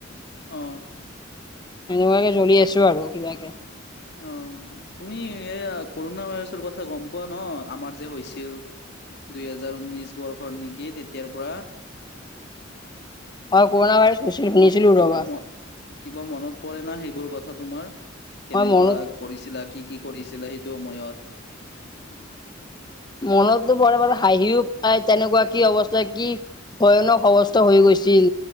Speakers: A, on the left; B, on the left.
A: অ
B: হেনেকুৱাকে চলি আছো আৰু কিবাকে।
A: অ। তুমি এয়া কৰোনা ভাইৰাছৰ কথা গম পোৱা ন আমাৰ যে হৈছিল। দুই হেজাৰ ঊনৈশ বৰ্ষৰ নেকি তেতিয়াৰ পৰা।
B: অ কৰোণা ভাইৰাছ হৈছিল
A: কিবা
B: শুনিছিলো
A: কিবা
B: ৰবা
A: ম কিবা মনত পৰে না সেইবোৰ কথা তোমাৰ কেনেকুৱা
B: মই মনত
A: কৰিছিলা কি কি কৰিছিলা সেই সেইটো সময়ত
B: মনতো বৰ বাৰে হাঁহিও পায় তেনেকুৱা কি অৱস্থা কি ভয়ানক অৱস্থা হৈ গৈছিল